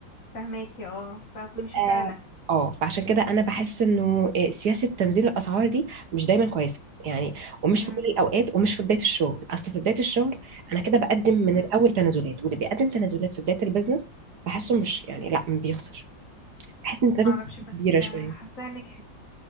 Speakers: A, on the left (about 45°); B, on the right (about 60°).
A: فهماكي اه فمش
B: اه
A: هتعلى
B: آه، فعشان كده انا بحس انه آه، سياسه تنزيل الاسعار دي مش دايما كويسه يعني ومش
A: مم.
B: في كل الاوقات ومش في بدايه الشغل اصل في بدايه الشغل انا كده بقدم من
A: مهم.
B: الاول تنازلات واللي بيقدم تنازلات في بدايه البيزنس بحسه مش يعني لا بيخسر بحس انك لازم
A: معرفش
B: تكون
A: بس
B: كبيره
A: آه،
B: شويه
A: حاساها نجحت